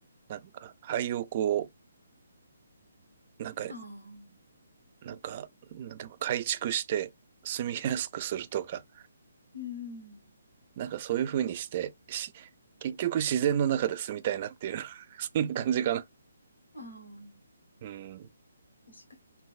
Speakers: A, on the right (about 35°); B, on the left (about 85°).
A: なんか廃屋を、なんか
B: ああ、
A: なんか、なんていうか改築して住みやすくするとか、
B: うん、
A: なんかそういう風にして、し、結局自然の中で住みたいなっていう <laughs>、そんな感じかな。
B: ああ、
A: うん、
B: 確かに。